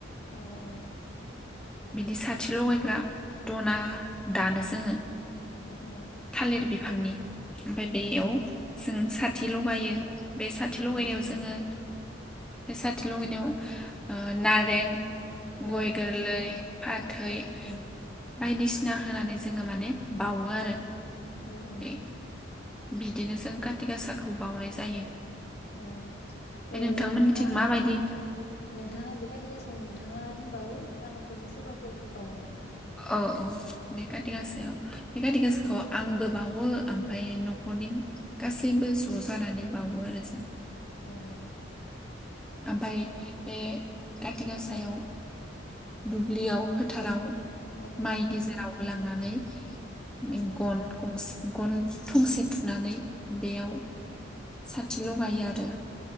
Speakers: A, on the left (about 60°); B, in the centre.
A: औ औ
B: बिदि साथि लगायग्रा दना दानो जोङो
A: औ
B: थालिर बिफांनि ओमफाय बेयाव
A: औ
B: जों साथ थि लगायो बे साथि लगायनायाव
A: औ औ
B: जोङो बे साथि लगायनायाव ओ नारें
A: औ
B: गय गोरलै फाथै
A: औ
B: बायदिसिना होनानै जोङो माने बावो आरो।
A: औ औ।
B: बे बिदिनो जों कारति गासाखौ बाउनाय जायो।
A: औ
B: ओमफ्राय
A: ओ
B: नोंथांमोननिथिं
A: नोंथाङा
B: माबायदि
A: नोंथा नोंथाङा बे खाथि गासायाव नोंथाङानो बावो ना नखरनि सोरबा बो होबावयो नोंथां?
B: औ औ बे काथि गाासायाव बे काथि गासाखौ आंबो बावो ओमफाय नखरनि गासैबो ज' जानानै बावो आरो जों।
A: उम।
B: ओमफाय बे काथि गासायाव दुब्लियाव फोथाराव
A: औ
B: माइ गेजेराव लांनानै उम
A: औ
B: गन गंसे गन थंसे थुनानै बेयाव थि लगायो आरो।